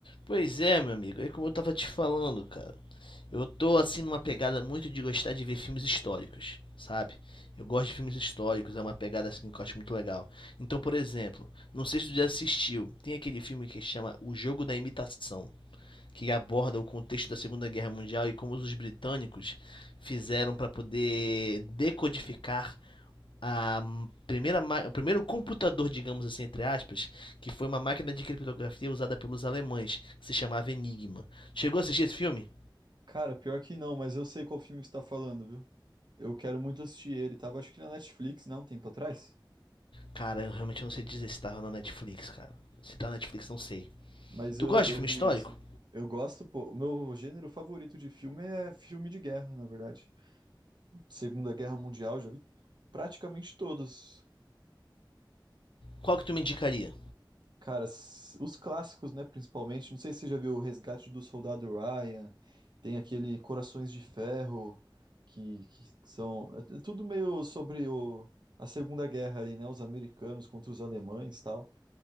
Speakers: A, on the left; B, on the right.
A: Pois é, meu amigo, é como eu tava te falando, cara. Eu tô assim numa pegada muito de gostar de ver filmes históricos, sabe? Eu gosto de filmes históricos, é uma pegada assim que eu acho muito legal. Então, por exemplo, não sei se tu já assistiu, tem aquele filme que chama O Jogo da Imitação que aborda o contexto da Segunda Guerra Mundial e como os britânicos fizeram para poder decodificar a primeira, ma- o primeiro computador, digamos assim, entre aspas, que foi uma máquina de criptografia usada pelos alemães, que se chamava Enigma. Chegou a assistir esse filme?
B: Cara, pior que não, mas eu sei qual filme que você tá falando, viu? Eu quero muito assistir ele. Tava acho que na Netflix, não, um tempo atrás.
A: Cara, eu realmente não sei dizer se tava na Netflix, cara. Se tá na Netflix, não sei.
B: Mas
A: Tu
B: eu,
A: gosta de
B: eu
A: filme
B: vi,
A: histórico?
B: eu sei. Eu gosto, pô. O meu gênero favorito de filme é filme de guerra, na verdade. Segunda Guerra Mundial, já vi praticamente todos.
A: Qual que tu me indicaria?
B: Cara, s- os clássicos, né, principalmente, não sei se você já viu O Resgate do Soldado Ryan, tem aquele Corações de Ferro, que, que são... É é tudo meio sobre o, a Segunda Guerra ali, né, os americanos contra os alemães e tal.